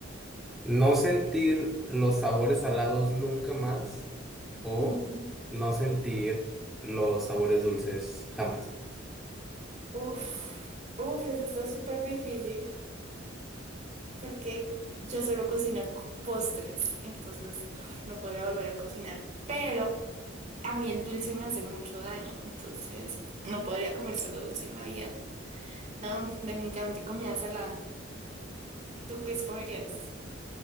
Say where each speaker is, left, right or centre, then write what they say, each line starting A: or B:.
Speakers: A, in the centre; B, on the right.
A: ¿No sentir los sabores salados nunca más o
B: Ujú.
A: no sentir los sabores dulces jamás?
B: Uf, uf, eso está súper difícil porque yo solo cocino co- postres, entonces uf, no podría volver a cocinar, pero a mí el dulce me hace mucho daño, entonces no podría comer solo dulce en la vida. No, definitivamente comida salada. ¿Tú qué escogerías?